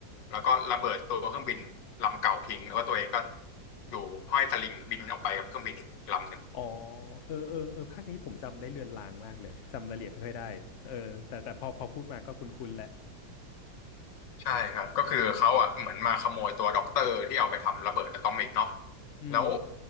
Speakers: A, on the left (about 75°); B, on the left (about 55°).
A: แล้วก็ระเบิดตัวเครื่องบินลำเก่าทิ้งแล้วก็ตัวเองก็อยู่ห้อยสลิงบินออกไปกับเครื่องบินอีกลำหนึ่ง
B: อ๋อเออเออเออภาคนี้ผมจำได้เลือนลางมากเลยจำรายละเอียดไม่ค่อยได้เออแต่แต่พอพอพูดมาก็คุ้นคุนแหละ
A: ใช่ครับก็คือเขาอ่ะเหมือนมาขโมยตัวด็อกเตอร์ที่เอาไปทำระเบิดอะตอมิกเนาะ
B: อืม
A: แล้ว